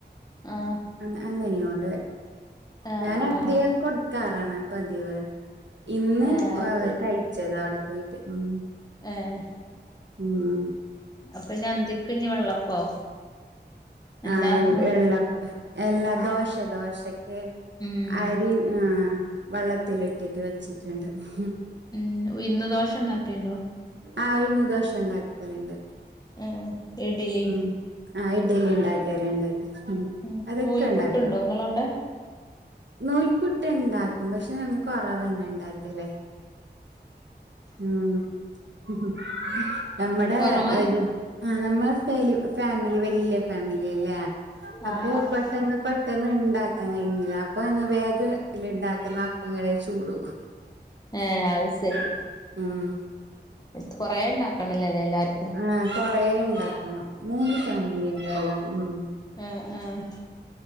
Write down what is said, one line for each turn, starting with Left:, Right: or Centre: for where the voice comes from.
Left: ആഹ്.
Right: അഹ് അങ്ങനെയൊണ്ട്
Left: ആഹ്
Right: ഞാൻ
Left: ആഹ്
Right: അധികം കൊടുക്കാറാണ് പതിവ്. ഇന്ന്
Left: ഏഹ് അത്
Right: അവൊര്
Left: ശരി
Right: കയിച്ചത അവിടെ പോയിട്ട് ഉം.
Left: ഏഹ്
Right: ഉം
Left: അപ്പനി അന്തിക്ക് ഇനി വെള്ളപ്പോ? എന്താ
Right: ആഹ്
Left: നൂ
Right: വെള്ളപ്പ എല്ലാ ദോശ ദോശക്ക്
Left: ഉം..
Right: അരി ആഹ് വള്ളത്തിലിട്ടിട്ട് വെച്ചിട്ടുണ്ട് ഉം.
Left: ഉം ഉഴുന്ന് ദോഷ ഇണ്ടാക്കിയണ്ടോ?
Right: ആഹ് ഉഴുന്ന് ദോഷം ഇണ്ടാക്കൽണ്ട്.
Left: ഏഹ്. ഇഡ്ലി
Right: ഉം ആഹ് ഇഡലി ഇണ്ടാക്കിയറണ്ട്.
Left: ഉം
Right: അതൊക്കെ
Left: നൂൽപുട്ടുണ്ടോ
Right: ഇണ്ടാക്കാം.
Left: നിങ്ങളവിടെ
Right: നൂൽപ്പുട്ട് ഇണ്ടാക്കും പക്ഷെ ഞങ്ങ കൊറവന്നെ ഇണ്ടാക്കല്. ഉം ഉഹ്. നമ്മടെ
Left: കുറവാ
Right: എതും ആഹ് നമ്മള ഫാലി ഫാമിലി വല്യ ഫാമിലി അല്ല്യേ. അപ്പോപ
Left: ആഹ് ആഹ്
Right: പെട്ടെന്ന് പെട്ടെന്ന് ഇണ്ടാക്കാൻ കൈഞ്ഞില്ല അപ്പൊ ഒന്ന് വേഗ ൽ ഇണ്ടാക്കുന്ന അപ്പങ്ങളെ ചൂടു.
Left: ഏഹ് അയ് സെരി.
Right: ഉം.
Left: ത്ത് കൊറേ ഇണ്ടാക്കണല്ലല്ലേ എല്ലാരി.
Right: ആഹ് കൊറെ ഇണ്ടാക്കണം മൂന്ന് ഫാമിലി ഇണ്ടല്ലോ ഉം.
Left: ഏഹ്ഏഹ്.